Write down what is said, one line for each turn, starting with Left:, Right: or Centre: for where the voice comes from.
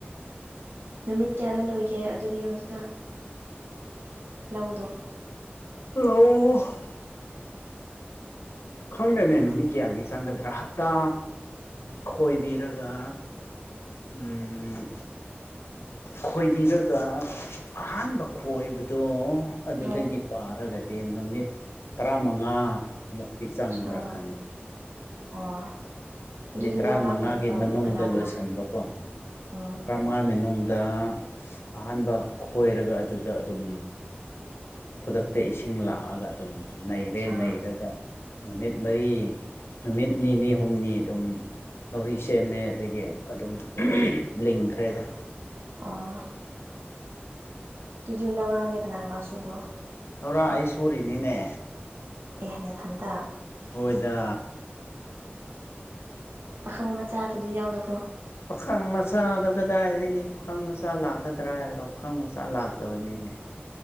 Right: ꯅꯨꯃꯤꯠ ꯀꯌꯥꯗ ꯂꯣꯏꯒꯦ ꯑꯗꯨꯗꯤ ꯍꯧꯖꯤꯛꯀꯥꯟ ꯂꯧꯥꯗꯣ
Left: ꯍꯂꯣ <unintelligible> ꯈꯪꯗꯦꯅꯦ ꯅꯨꯃꯤꯠ ꯀꯌꯥꯅꯤ ꯆꯪꯒꯗ꯭ꯔꯥ ꯍꯞꯇꯥ ꯈꯣꯏꯕꯤꯔꯒ ꯎꯝ ꯈꯣꯏꯕꯤꯔꯒ ꯑꯍꯥꯟꯕ ꯈꯣꯏꯕꯗꯣ ꯑꯗꯨꯗꯒꯤ
Right: ꯎꯝ
Left: ꯄꯥꯔꯒꯗꯤ ꯅꯨꯃꯤꯠ ꯇꯔꯥꯃꯉꯥ ꯃꯨꯛꯇꯤ ꯆꯪꯕ꯭ꯔꯥ
Right: ꯁꯥ
Left: ꯈꯪꯗꯦ
Right: ꯑꯣ
Left: ꯅꯨꯃꯤꯠ
Right: ꯑꯗꯨꯗꯤ
Left: ꯇꯔꯥꯃꯉꯥꯒꯤ
Right: ꯂꯧꯔꯥꯡꯒꯨꯝꯕ ꯇꯧꯕꯗꯤ
Left: ꯃꯅꯨꯡꯗ
Right: ꯀꯅꯥ ꯀꯅꯥ
Left: ꯂꯣꯏꯁꯤꯟꯕ ꯀꯣ
Right: ꯎꯝ
Left: ꯃꯥꯏ ꯃꯅꯨꯡꯗ ꯑꯍꯥꯟꯕ ꯈꯣꯏꯔꯒ ꯑꯗꯨꯗ ꯑꯗꯨꯝ ꯈꯨꯗꯛꯇ ꯏꯁꯤꯡ ꯂꯥꯛꯑꯒ ꯑꯗꯨꯝ ꯅꯩꯔꯦ
Right: ꯁꯥ
Left: ꯅꯩꯔꯒ
Right: ꯑꯣ
Left: ꯅꯨꯃꯤꯠ ꯃꯔꯤ ꯅꯨꯃꯤꯠ ꯅꯤꯅꯤ ꯍꯨꯝꯅꯤ ꯑꯗꯨꯝ ꯂꯧꯔꯤ ꯁꯦꯝꯃꯦ ꯑꯗꯒꯤ ꯑꯗꯨꯝ ꯂꯤꯡꯈ꯭ꯔꯦꯗ
Right: ꯑꯥ ꯇꯨꯗꯤ ꯂꯧꯔꯥꯛꯅ ꯀꯅꯥ ꯀꯅꯥ ꯁꯨꯕ
Left: ꯂꯧꯔꯥꯛ ꯑꯩ ꯁꯨꯔꯤꯅꯤꯅꯦ
Right: ꯑꯌꯥ ꯅꯊꯟꯇ
Left: ꯍꯣꯏꯗ
Right: ꯄꯥꯈꯪ ꯃꯆꯥꯗꯨꯗꯤ ꯌꯥꯎꯗꯕ꯭ꯔꯣ
Left: ꯄꯥꯈꯪ ꯃꯆꯥꯗꯣ ꯀꯗꯥꯏꯗꯒꯤ ꯄꯥꯈꯪ ꯃꯆꯥ ꯂꯥꯛꯀꯗ꯭ꯔꯥ ꯍꯥꯏꯔꯒ ꯄꯥꯈꯪ ꯃꯆꯥ ꯂꯥꯛꯇꯕꯅꯤꯅꯦ